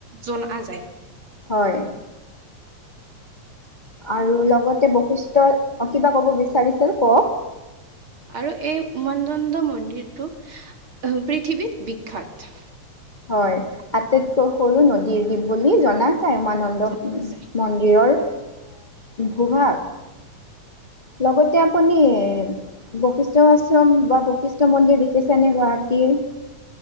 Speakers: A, on the right; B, on the left.
A: জনা যায়
B: হয় আৰু লগতে বৈশিষ্ট অ কিবা কব বিচাৰিছিল ক
A: আৰু এই উমানন্দ মন্দিৰটো পৃথিৱীত বিখ্যাত
B: হয় আটাইতকৈ সৰু নদীৰ দ্বীপ বুলি জাত উমানন্দ
A: জনা যায়।
B: মন্দিৰৰ ভূভাগ লগতে আপুনি বৈশিষ্ট আশ্ৰম বা বৈশিষ্ট মন্দিৰ দেখিছে নে গুৱাহাটীৰ অ